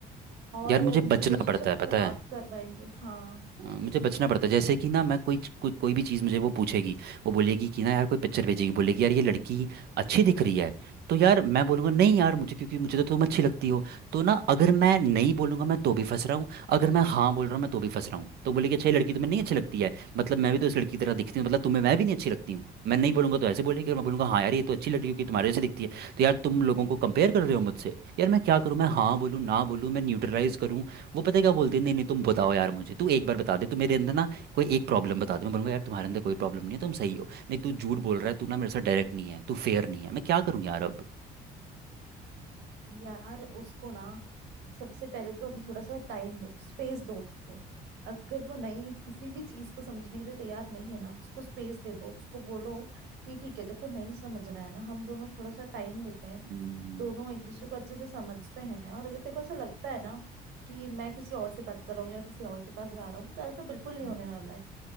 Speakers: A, on the right; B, on the right.
A: और
B: यार मुझे बचना
A: रिलेशनशिप
B: पड़ता है पता
A: खराब
B: है
A: करवाएंगे हाँ
B: हाँ, मुझे बचना पड़ता है जैसे कि ना मैं कोई कोई कोई भी चीज़ मुझे वो पूछेगी वो बोलेगी कि ना यार कोई पिक्चर भेजेगी बोलेगी यार ये लड़की अच्छी दिख रही है तो यार मैं बोलूँगा नहीं
A: हम्म,
B: यार मुझे क्योंकि मुझे तो तुम अच्छी लगती हो तो ना अगर मैं नहीं बोलूँगा मैं तो भी फंस रहा हूँ अगर मैं हाँ बोल रहा हूँ मैं तो भी फंस रहा हूँ तो बोलेगी अच्छा ये लड़की तुम्हें नहीं अच्छी लगती है मतलब मैं भी तो इस लड़की की तरह दिखती हूँ मतलब तुम्हें मैं भी नहीं अच्छी लगती हूँ मैं नहीं बोलूँगा तो ऐसे बोलेगी और मैं बोलूँगा हाँ यार ये तो अच्छी लड़की क्योंकि तुम्हारे जैसे दिखती है तो यार तुम लोगों को कंपेयर कर रहे हो मुझसे यार मैं क्या करूँ मैं हाँ बोलूँ ना बोलूँ मैं न्यूट्रलाइज करूँ वो पता है क्या बोलती है नहीं नहीं तुम बताओ यार मुझे तू एक बार बता दे तू मेरे अंदर ना कोई एक प्रॉब्लम बता दे मैं बोलूंगा यार तुम्हारे अंदर कोई प्रॉब्लम नहीं है तुम सही हो नहीं तू झूठ बोल रहा है तू ना मेरे साथ डायरेक्ट नहीं है तू फेयर नहीं है मैं क्या करूँ यार अब
A: यार उसको ना सबसे पहले तो अभी थोड़ा सा टाइम दो स्पेस दो उसको अगर वो नहीं किसी भी चीज को समझने के लिए तैयार नहीं है ना उसको स्पेस दे दो उसको बोलो कि ठीक है देखो नहीं समझना है ना हम दोनों थोड़ा सा टाइम लेते हैं
B: हम्म,
A: दोनों एक दूसरे को अच्छे से समझते हैं और अगर तेरे को ऐसा लगता है ना कि मैं किसी और से बात कर रहा हूँ या किसी और के पास जा रहा हूँ तो ऐसा बिल्कुल नहीं
B: हम्म,
A: होने वाला है